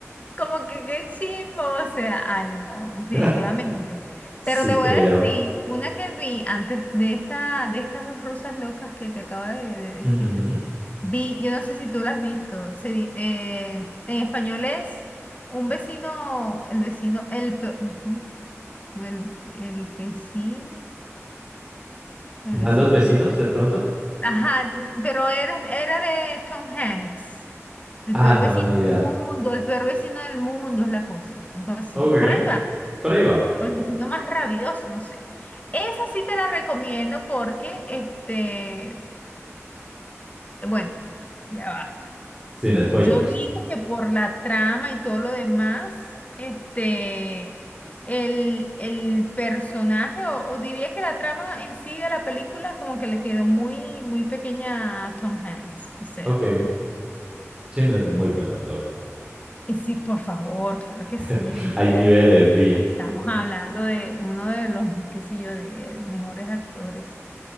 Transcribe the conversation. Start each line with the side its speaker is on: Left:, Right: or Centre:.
Left: como que qué chimbo, o sea, ay no, definitivamente.
Right: <laughs> Sí,
Left: Pero te
Right: creo.
Left: voy a decir, una que vi antes de esta, de estas dos rusas locas que te acabo de, de decir,
Right: Ujú.
Left: vi, yo no sé si tú la has visto, se di- eh, en español es un vecino, el vecino, el, pe- ujú, o el, el vecino, o el vecino,
Right: ¿Malos vecinos
Left: no
Right: de pronto?
Left: Ajá, pero era, era de Tom Hanks. El
Right: Ah,
Left: peor
Right: no,
Left: vecino
Right: ni idea.
Left: del mundo, el peor vecino del mundo es la cosa. Algo así.
Right: Ok,
Left: Por ahí va.
Right: por ahí va.
Left: O el vecino más rabioso, no sé. Esa sí te la recomiendo porque, este, bueno, ya va.
Right: Sin spoiler.
Left: Yo digo que por la trama y todo lo demás, este, el, el personaje, o, o diría que la trama en sí de la película, como que le quedó muy, muy pequeña a Tom Hanks. O sea.
Right: Ok, sí, no es muy buen actor.
Left: Y Sí, por favor, claro que sí.
Right: <laughs>
Left: O sea,
Right: Hay niveles, di.
Left: estamos hablando de uno de los, qué sé yo, de mejores actores.